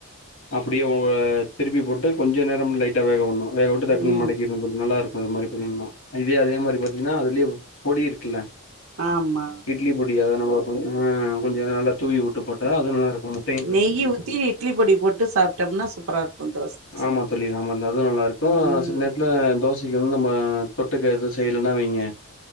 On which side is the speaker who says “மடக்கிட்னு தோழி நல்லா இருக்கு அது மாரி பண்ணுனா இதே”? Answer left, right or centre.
Left